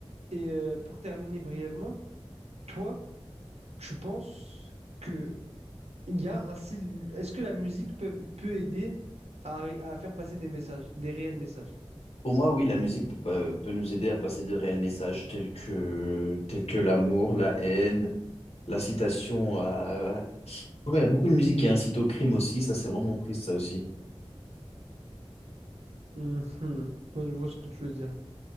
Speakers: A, on the right; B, on the left.
A: Et euh, pour terminer brièvement, toi, tu penses que il y a un sil- est-ce que la musique peut, peut aider à, ré- à faire passer des messages, des réels messages?
B: Pour moi, oui, la musique peut, pas- peut nous aider à passer de réels messages tels que, tels que l'amour, la haine, l'incitation à... Ouais, Il y a beaucoup de musique qui incite au crime aussi, ça c'est vraiment triste ça aussi.
A: Mhm. Ouais, je vois ce que tu veux dire.